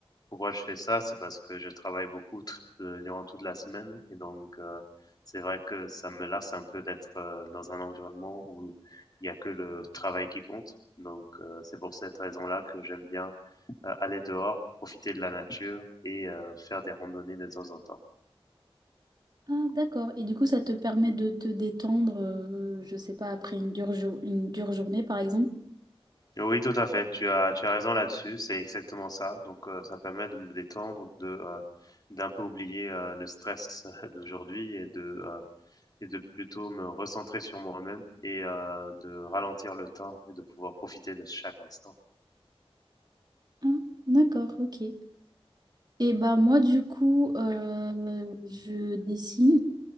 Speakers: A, on the left; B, on the right.
A: pourquoi je fais ça, c'est parce que je travaille beaucoup tout- euh, durant toute la semaine et donc euh, c'est vrai que ça me lasse un peu d'être euh, dans un environnement où il n'y a que le travail qui compte. Donc euh, c'est pour cette raison-là que j'aime bien euh, aller dehors, profiter de la nature et euh, faire des randonnées de temps en temps.
B: Ah d'accord. Et du coup, ça te permet de te détendre, euh, je sais pas, après une dure, jour- une dure journée par exemple?
A: Oui, tout à fait. Tu as, tu as raison là-dessus. C'est exactement ça. Donc, euh, ça permet de me détendre, de, euh, d'un peu oublier euh, le stress <laughs> d'aujourd'hui et de, euh, et de plutôt me recentrer sur moi-même et euh, de ralentir le temps et de pouvoir profiter de chaque instant.
B: Ah d'accord, ok. Et bah moi du coup, euh, je dessine